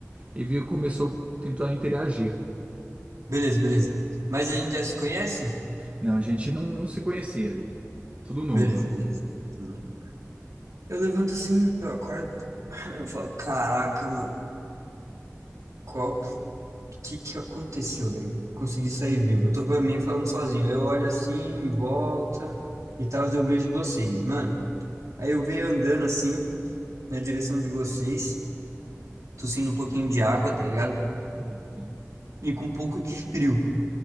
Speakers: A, on the right (about 25°); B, on the right (about 75°).
A: e viu, começou a tentar interagir.
B: beleza, beleza. Mas a gente já se conhece?
A: Não, a gente não, não se conhecia ali. Tudo novo.
B: Beleza, beleza. Tudo bem. Eu levanto assim, eu acordo, <clears throat> eu falo, caraca, mano, qual. que que aconteceu, velho? Consegui sair vivo. Eu tô meio falando sozinho. Eu olho assim, em volta e tal, eu vejo vocês. Mano, aí eu veio andando assim, na direção de vocês, tossindo um pouquinho de água, tá ligado?
A: Uhum.
B: E com um pouco de frio.